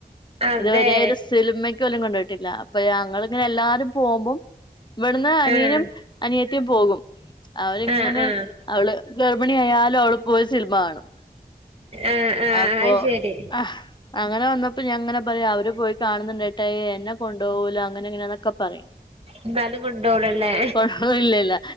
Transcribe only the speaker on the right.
അതെ
ആഹ്
ആഹ് ആഹ് ആഹ്
ആഹ് ആഹ്
അയിശരി
എന്നാലും കൊണ്ടോളൂല്ലേ